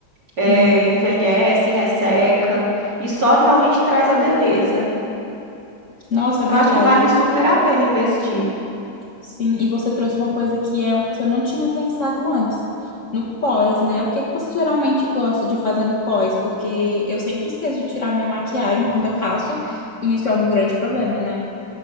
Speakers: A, on the right; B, on the left.
A: É,
B: Sim,
A: envelhece, resseca e só realmente traz a beleza.
B: nossa, é
A: Eu
B: verdade.
A: acho que vale super a pena investir.
B: Sim, e você trouxe uma coisa que é que eu não tinha pensado antes. No pós, né? O que que você geralmente gosta de fazer no pós? Porque eu sempre esqueço de tirar minha maquiagem quando eu faço, e isso é um grande problema, né?